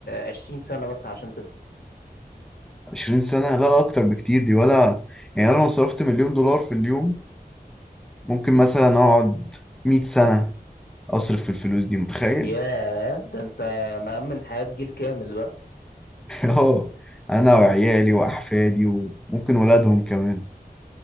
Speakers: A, on the left (about 75°); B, in the centre.
A: عشرين سنة مثلا عشان تخلص
B: 20 سنة لا اكتر بكتير دي ولا يعني انا لو صرفت مليون دولار في اليوم ممكن مثلا اقعد 100 سنة اصرف في الفلوس دي متخيل
A: ياه ده أنت مأمن حياة جيل كامل بقى
B: <laughs> اه انا وعيالي واحفادي وممكن ولادهم كمان